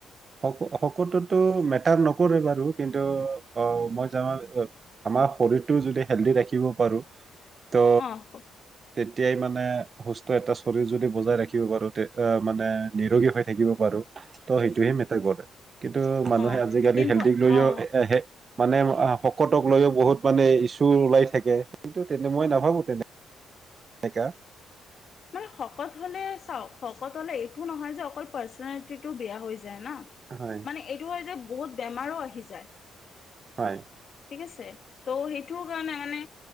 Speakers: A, on the right; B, on the left.
A: শক শকটোতো মেটাৰ নকৰে বাৰু কিন্তু অ', মই <unintelligible> আমাৰ শৰীৰটো যদি হেলদি ৰাখিব পাৰো ত,
B: অ
A: তে তিয়াই মানে সুস্থ এটা শৰীৰ যদি বজাই ৰাখিব পাৰো, তে, আহ মানে নিৰোগী হৈ থাকিব পাৰো, ত' সেইটোহে মে টাৰ কৰে। কিন্তু মানুহে
B: অ
A: আজিকালি
B: কিন্তু
A: হেলদিক লৈও
B: অ
A: এটা হে মানে আহ শকতক লৈও বহুত মানে ইছু ওলাই থাকে, কিন্তু তেনে মই নাভাবো, তেনেকা।
B: মানে শকত হ'লে চাওঁক শকত হলে এইটো নহয় যে অকল পাৰ্চনেলিটিটো বেয়া হৈ যে ন,
A: হয়
B: মানে এইটো হয় যে বহুত বেমাৰো আহি যায়।
A: হয়।
B: ঠিক আছে, ত' সেইটো কাৰণে মানে